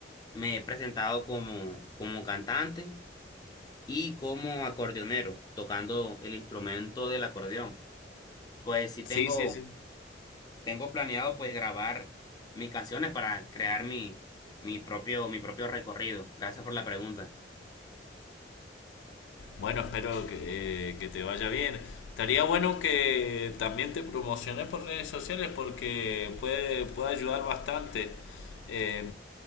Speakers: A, on the left (about 20°); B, on the left (about 85°).
A: Me he presentado como, como cantante y como acordeonero, tocando el instrumento del acordeón. Pues sí tengo
B: sí, sí, sí.
A: tengo planeado pues grabar mis canciones para crear mi, mi propio, mi propio recorrido. Gracias por la pregunta.
B: Bueno, espero que, eh, que te vaya bien. Estaría bueno que también te promociones por redes sociales porque puede, puede ayudar bastante. Eh,